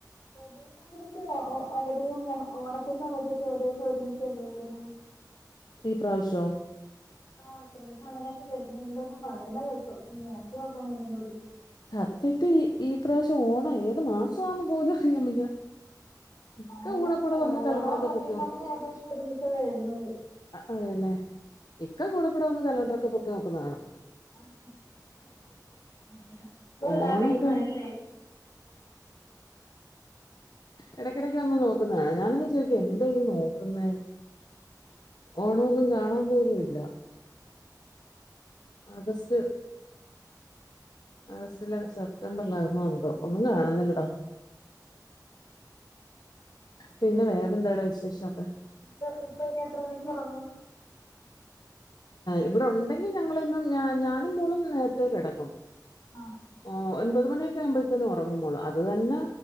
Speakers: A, on the left; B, on the left.
A: റബീഹ് ദിനന്റെ അവധിയും ഓണത്തിന്റെ അവധിയൊക്കെ ഏകദേശം ഒരുമിച്ചല്ലേ വര്ന്നേ
B: ഈ പ്രാവശ്യോ
A: ആഹ് ഇപ്രാവശ്യം അങ്ങനെയൊക്കെ വരുന്നുണ്ടോന്ന് പറയുന്ന കേട്ടു നോക്കിയോക്കണം ഒന്നും കൂടി
B: സത്യത്തി ഈ പ്രാവശ്യം ഓണം ഏത് മാസവാന്ന് പോലും അറിയാൻ വയ്യ ഇക്ക
A: ഓണോ
B: കൂടെ കൂടെ വന്ന് കലണ്ടറൊക്കെ
A: ഓണോ റബിഉൽ
B: പൊക്കി
A: അവ്വൽ ഏകദേശം ഒരീസ വര്ന്നത്
B: അതേലെ ഇക്ക കൂടെ കൂടെ വന്ന് കലണ്ടർ ഒക്കെ പൊക്കി നോക്കുന്നെ കാണ
A: ആഹ് അപ്പഴാ ഇത്
B: ഓണൊക്കെ
A: അറിയുന്നത് ലേ
B: എടക്കിടക്ക് വന്ന് നോക്കുന്നാ ഞാനൊന്ന് ചോയ്ക്കും എന്താ ഈ നോക്കുന്നേ ഓണോന്നും കാണാൻ പോലുല്ല ആഗസ്റ്റ് ആഗസ്റ്റിലാ സെപ് റ്റംബർലാണോ എന്തോ ഒന്നും കാണുന്നില്ലട്ടോ പിന്നെ വേറെന്താടാ വിശേഷൊക്കെ
A: പ്പൊ ഇപ്പെ ഇനി എത്ര മണിക്ക് ഒറങ്ങും
B: ഇവിടെ ഉണ്ടെങ്കി ഞങ്ങള് എന്നും ഞാ ഞാനും മോളും നേരത്തേ കെടക്കും
A: ആഹ്
B: ഓഹ് ഒൻപത് മണിയൊ ട്ടര ആവുമ്പോഴത്തേന് ഒറങ്ങും മോള് അത് തന്നെ